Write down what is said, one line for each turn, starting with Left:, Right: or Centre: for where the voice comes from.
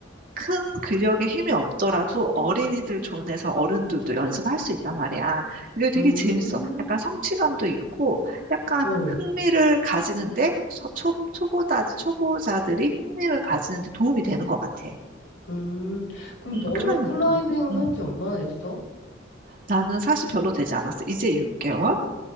Right: 큰 근력에 힘이 없더라도 어린이들 존에서 어른들도 연습할 수 있단 말이야. 그게 되게
Left: 음,
Right: 재밌어. 약간 성취감도 있고, 약간
Left: 어,
Right: 흥미를 가지는데, 초, 초- 초보자, 초보자들이 흥미를 가지는데 도움이 되는 것 같아.
Left: 음. 그럼
Right: 음,
Left: 너는
Right: 클라이밍
Left: 클라이밍
Right: 어떤 거지? 음.
Left: 한지 얼마나 됐어?
Right: 나는 사실 별로 되지 않았어. 이제 6개월?